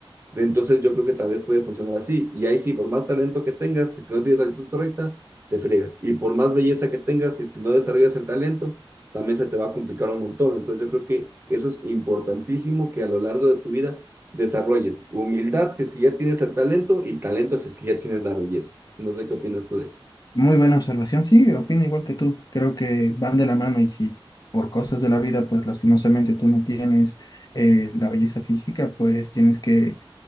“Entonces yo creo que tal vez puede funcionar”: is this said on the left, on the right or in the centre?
Right